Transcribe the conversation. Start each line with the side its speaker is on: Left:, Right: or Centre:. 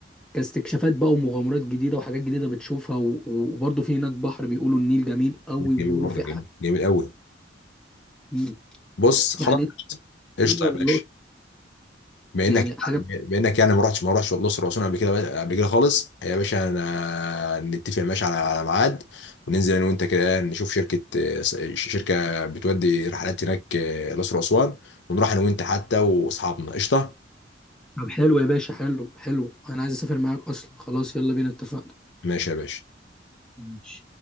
Centre: كاستكشافات بقى ومغامرات جديده وحاجات جديده بتشوفها و... وبرضه في هناك بحر بيقولوا النيل جميل قوي وبيقولوا
Left: جميل برضه
Centre: في
Left: جميل
Centre: حاجات
Left: جميل قوي
Centre: كتير.
Left: بص
Centre: يعني
Left: خلاص قشطه
Centre: إنت
Left: قشطة
Centre: النوبة ولا
Left: يا باشا
Centre: الاقصر
Left: بما
Centre: يعني
Left: انك
Centre: حاجه
Left: بما انك يعني ما رحتش ما رحتش الاقصر واسوان قبل كده قبل كده خالص يا باشا انا نتفق ماشي على على ميعاد وننزل انا وانت كده نشوف شركه شركه بتودي رحلات هناك آه، الاقصر واسوان ونروح انا وانت حتى واصحابنا قشطه
Centre: طب حلو يا باشا حلو حلو انا عايز اسافر معاك اصلا خلاص يلا بينا اتفقنا
Left: ماشي يا باشا
Centre: ماشي